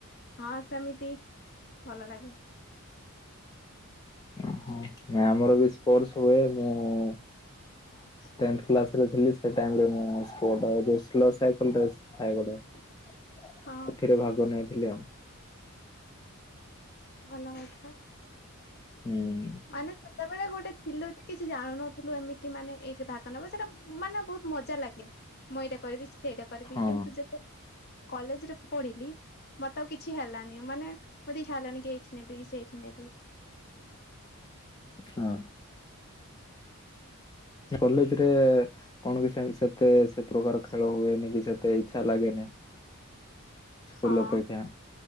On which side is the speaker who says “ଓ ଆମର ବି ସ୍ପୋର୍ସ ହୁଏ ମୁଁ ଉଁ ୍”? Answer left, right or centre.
Left